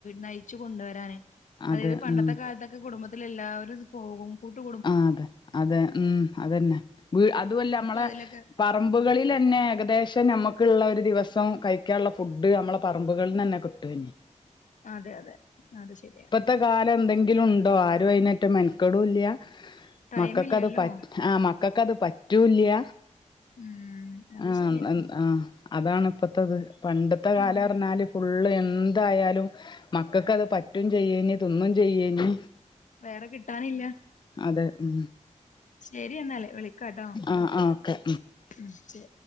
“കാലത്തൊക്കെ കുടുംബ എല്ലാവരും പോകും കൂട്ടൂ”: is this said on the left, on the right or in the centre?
Left